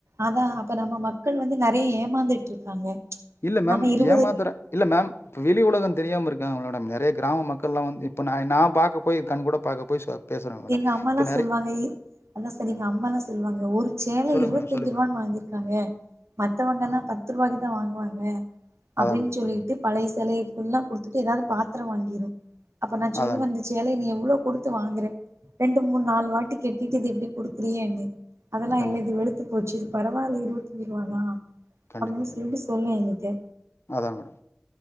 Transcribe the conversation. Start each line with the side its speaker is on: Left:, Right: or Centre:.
Right: அதா அப்ப நம்ம மக்கள் வந்து நெறைய ஏமாந்துட்டு இருக்காங்க
Left: இல்ல மேம்
Right: நம்ம இருவது
Left: ஏமாத்திர இல்ல மேம் வெளிவுழக தெரியாம இருக்கங்க மேடம் நெறைய கிராம மக்களா வந்து இப்போ நா இப்ப நா பாக்க போய் கண்கூட பாக்க போய் பேசுறேங்க மேடம்.
Right: எங்க அம்மாயேல்லா
Left: இப்ப நெறைய
Right: சொல்லுவாங்க இ எல்ல சரி எங்க அம்மாலா சொல்வாங்க ஒரு சேல
Left: சொல்லுங்க
Right: இருவத்திஞ்சு
Left: மேடம், சொல்லுங்க
Right: ரூவான்னு
Left: மேடம்.
Right: வாங்கிருக்காங்க மத்தவங்க எல்லா பத்து ரூவாய்க்கிதா வாங் வாங்க
Left: அதான்
Right: அப்பிடின்
Left: மேடம்,
Right: சொல்லிட்டு பழைய சேரி ஃபுல்லா குடுத்துட்டு ஏதாவது பாத்திரோ வாங்கிரோ அப்ப நா சொல்லுவே
Left: அதான் மேடம்.
Right: இந்த சேலை நீ எவ்ளோ குடுத்து வாங்றே ரெண்டு மூணு நாலு வாட்டி கட்டிட்டு இது இப்பிடி குடுக்குரியேனு அதெல்லா
Left: கண்டிப்பா.
Right: இல்ல இது வெளுத்துபோச்சிப் பரவால்ல இருவத்தி அஞ்சிரூவானா
Left: கண்டிப்பா,
Right: அப்பிடின்
Left: கண்டிப்பா.
Right: சொல்லிடு சொன்னே நேத்து
Left: அதான் மேடம்.